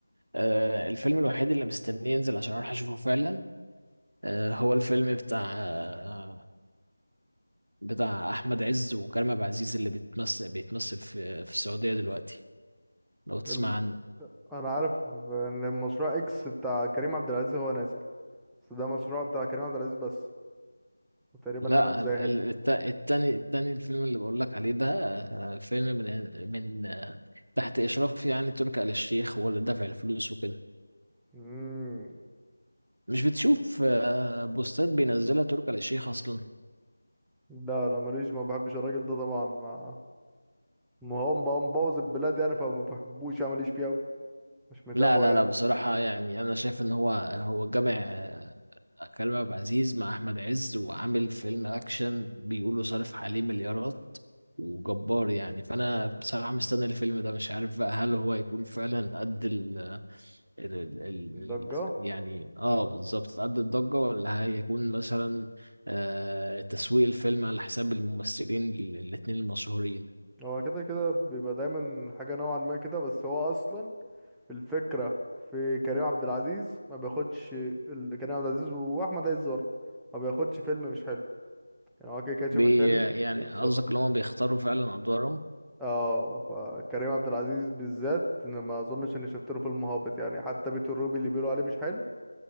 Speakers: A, on the right (about 85°); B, in the centre.
A: آه، الفيلم الوحيد اللي مستنيه ينزل عشان اروح اشوفه فعلا آه، هو الفيلم بتاع آه، بتاع احمد عز وكريم عبد العزيز اللي بيتمثل بيتمثل في في السعوديه دلوقتي لو تسمع
B: مم.
A: عنه
B: انا عارف ان المشروع اكس بتاع كريم عبد العزيز هو نازل بس ده مشروع بتاع كريم عبد العزيز بس وتقريبا
A: لا
B: هنا الزاهد
A: ال- ال- الت- التاني التاني الفيلم اللي بقول لك عليه ده آه، فيلم من من آه، تحت اشراف يعني تركي آل الشيخ هو اللي دافع الفلوس وكده
B: امم
A: مش بتشوف آه، بوستات بينزلها تركي آل الشيخ اصلا
B: لا لا ماليش ما بحبش الراجل ده طبعا ما ما هو مب- مبوظ البلاد يعني فما بحبوش يعني ماليش فيه أوي مش متابعه
A: لا لا
B: يعني
A: لا بصراحة يعني أنا شايف إن هو هو جامع آه، كريم عبد العزيز مع أحمد عز وعامل فيلم أكشن بيقولوا صارف عليه مليارات وجبار يعني فأنا بصراحة مستني الفيلم ده مش عارف بقى هل هو هيكون فعلا قد ال ال ال ال
B: ضجه
A: ال يعني اه بالظبط قد الضجة ولا هيكون مثلا آه تسويق الفيلم على حساب الممثلين ال- الاتنين المشهورين
B: هو كده كده بيبقى دايما حاجه نوعا ما كده بس هو اصلا الفكره في كريم عبد العزيز ما بياخدش ال- كريم عبد العزيز واحمد عز برضه ما بياخدش فيلم مش حلو يعني هو كده كده شاف
A: بي
B: الفيلم
A: يعني
B: بالظبط
A: قصدك اللي هما بيختاروا فعلا أدوارهم؟
B: اه فكريم عبد العزيز بالذات انا ما اظنش اني شفت له فيلم هابط يعني حتى بيت الروبي اللي بيقولوا عليه مش حلو